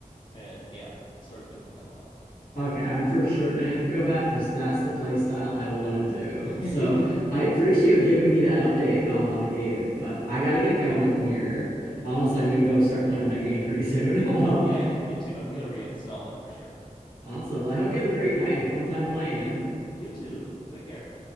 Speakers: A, on the left (about 35°); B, on the left (about 80°).
A: and yeah started doing that a lot
B: Okay, I'm for sure gonna have to go back because that's the play style I want to do.
A: <laughs>
B: So I appreciate you giving me that update um, on the game, but I gotta get going here. Honestly, I'm gonna go start playing that game pretty soon. <laughs> Um,
A: yeah I think me too I'm gonna reinstall it for sure
B: awesome. Well, I hope you have a great night and fun time playing.
A: you too take care